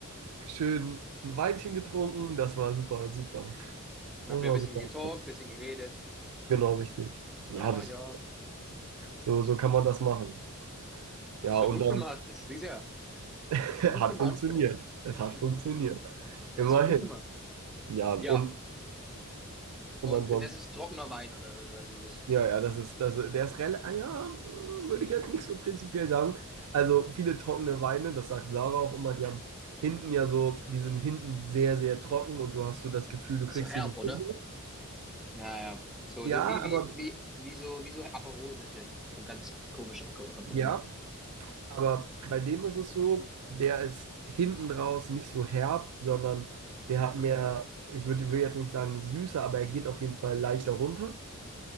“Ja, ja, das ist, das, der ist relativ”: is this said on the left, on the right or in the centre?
Right